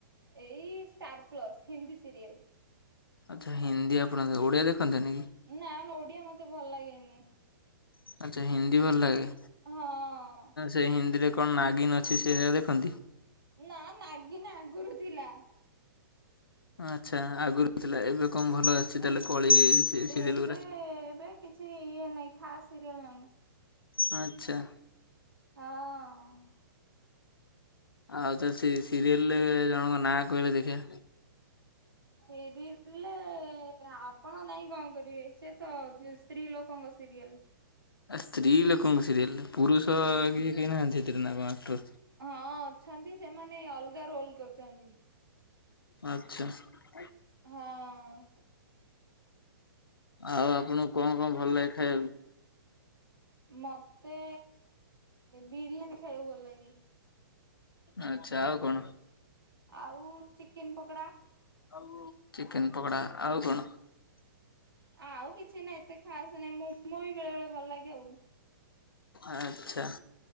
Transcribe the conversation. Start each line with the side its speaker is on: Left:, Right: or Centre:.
Right: ଏଇ ଷ୍ଟାରପ୍ଲସ୍ ହିନ୍ଦୀ ସିରିଏଲେ
Left: ଆଚ୍ଛା ହିନ୍ଦୀ ଆପଣ ଓଡ଼ିଆ ଦେଖନ୍ତିନି କି?
Right: ନା ନା ଓଡିଆ ମତେ ଭଲ ଲାଗେନି
Left: ଆଚ୍ଛା ହିନ୍ଦୀ ଭଲ ଲାଗେ
Right: ହଁ
Left: ସେ ହିନ୍ଦୀରେ କଣ ନାଗିନ୍ ଅଛି ସେଇଆ ଦେଖନ୍ତି
Right: ନା ନାଗିନ୍ ଆଗରୁ ଥିଲା।
Left: ଆଚ୍ଛା ଆଗରୁ ଥିଲା ଏବେ କଣ ଭଲ ଆସୁଛି ତାହେଲେ କଳି ସିରିଏଲ
Right: ଏବେ
Left: ଗୁରା
Right: ଏବେ କିଛି ଇଏ ନାହିଁ ଖାସ୍ ସିରିଏଲ ନାହିଁ
Left: ଆଚ୍ଛା।
Right: ଅଁ।
Left: ଆଉ ତ ସେ ସିରିଏଲରେ ଜଣଙ୍କ ନାଁ କହିଲ ଦେଖିଆ।
Right: ସିରିଏଲରେ ଆପଣ ଜଣିକି କଣ କରିବେ ସେ ସ୍ତ୍ରୀଲୋକଙ୍କ ସିରିଏଲେ
Left: ଆ ସ୍ତ୍ରୀ ଲୋକଙ୍କ ସିରିଏଲ ପୁରୁଷ କି କେହି ନାହାନ୍ତି ଏଥିରେ ନା କଣ ଆକ୍ଟର
Right: ହଁ ଅଛନ୍ତି ସେମାନେ ଅଲଗା ରୋଲ୍ କରୁଚନ୍ତି।
Left: ଆଚ୍ଛା। <unintelligible>
Right: ହଁ
Left: ଆଉ ଆପଣଙ୍କୁ କଣ କଣ ଭଲ ଲାଗେ ଖାଇଆକୁ?
Right: ମତେ ବିରିୟାନୀ ଖାଇବାକୁ ଭଲ ଲାଗେ।
Left: ଆଚ୍ଛା ଆଉ କଣ?
Right: ଆଉ ଚିକେନ୍ ପକୋଡା।
Left: ଆଉ ଚିକେନ୍ ପକୋଡା
Right: <unintelligible>
Left: ଆଉ କଣ?
Right: ଆଉ କିଛି ନାହିଁ ଏତେ ଖାସ ନାଇଁଁ ମୋମୋ ବି ବେଳେ ବେଳେ ଭଲ ଲାଗେ ଆଉ।
Left: ଆଚ୍ଛା